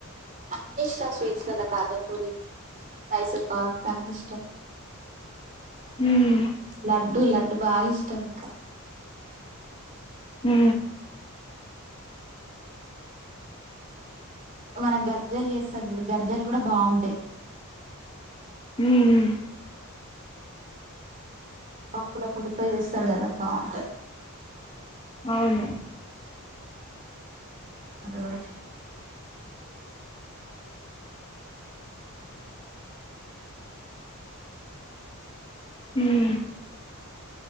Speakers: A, on the right; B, on the left.
A: అన్నిష్టం స్వీట్స్లలా కాదన్ పొది మైసూర్పక్ అన్నీ ఇష్టం
B: ఉమ్
A: లడ్డు లడ్డు బాగా ఇష్టం ఇంకా
B: అ
A: మన గర్జలు చేస్తారు గర్జలు కూడా బాగుంటాయి
B: హ్మ్మ్
A: పప్పుల పొడితో చేస్తారు కదా బొంటై
B: అవును
A: అదికూడా ఇష్టం
B: హ్మ్